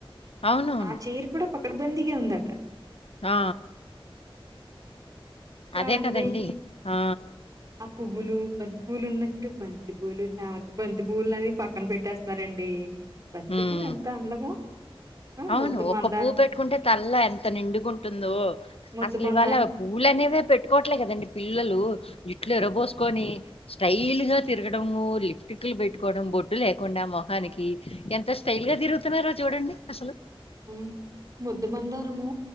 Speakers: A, on the left; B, on the right.
A: అవునవును.
B: ఆ చైర్ కూడా పక్కడబంది గా ఉంది అక్కడ
A: ఆ
B: ఇంకా
A: అదే
B: అండి
A: కదండి ఆ
B: ఆ పువ్వులు బంతి పువ్వులు ఉన్నట్టు బంతి పులు చామ బంతి పువ్వులని పక్కన పెట్టేస్తున్నారండి బంతిపూవు
A: హ్మ్.
B: ఎంత అందమో ఆ
A: అవును
B: ముద్దు
A: ఒక
B: మందారం
A: పూవు పెట్టుకుంటే తల్లో ఎంత నిండుగుంటుందో
B: ముద్దు
A: అసలు
B: మందారం
A: ఇవాళ పూలు అనేవే పెట్టుకోవట్లే కదండి పిల్లలు జట్లు ఇర్రబోసుకొని స్టైల్ గా తిరగడము లిప్స్టిక్ లు పెట్టుకోవడం బొట్టు లేకుండా మొహనికి ఎంత స్టైల్ గా తిరుగుతున్నారో చూడండి అసలు
B: అవును ముద్దమందారము